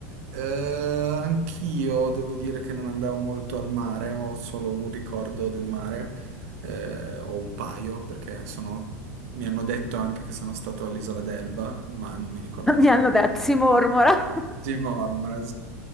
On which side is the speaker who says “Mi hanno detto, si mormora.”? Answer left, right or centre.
Centre